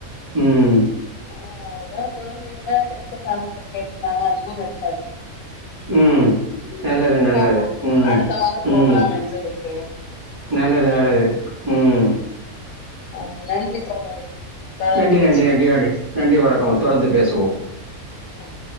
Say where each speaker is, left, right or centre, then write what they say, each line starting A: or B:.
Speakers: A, on the right; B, on the left.
A: ம்
B: ஆ அதுதா குழந்தையோட பிறப்பு சான்றிதழ் கேட்ருந்தாங்க அதுவு எடுத்தாச்சு
A: ம் நல்லது நல்லது
B: பாப்போம்
A: ம்
B: அடுத்த வாரம்
A: ம்
B: போகலாம் என்று இருக்கேன்
A: நல்லது நல்லது ம்
B: ம் நன்றி தோழரே தொடர்ந்து
A: நன்றி,
B: பேசுவோ
A: நன்றி, நன்றி, நன்றி. நன்றி வணக்கம் தொடர்ந்து பேசுவோ
B: ம்